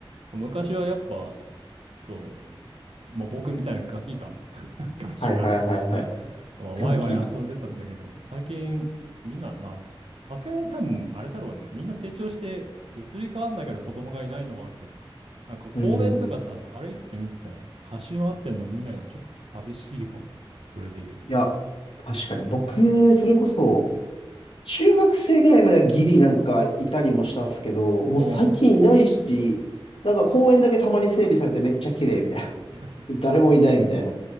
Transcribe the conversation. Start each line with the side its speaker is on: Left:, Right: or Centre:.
Right: 昔はやっぱ、そう、まあ、僕みたいなガキが、<laughs> ガキが、
Left: はいはいはいはい。はいはい
Right: まあ、ワイワイ遊んでたんだけど、
Left: 楽器が。
Right: 最近、みんな、まあ、さすがに多分、あれだろうね。みんな成長して、移り変わんないから子供がいないのはあるけど、なんか公園とかさ、
Left: うん。い
Right: 歩いてて見てても、走り回ってんの見ないのちょっと寂しいかも。それで言うと。
Left: や、確かに。僕、それこそ、中学生ぐらいまではギリなんかいたりもしたっすけど、もう最近いないし、
Right: あ
Left: なんか公園だけたまに整備されてめっちゃ綺麗みたい
Right: あ。
Left: な。誰もいないみたいな。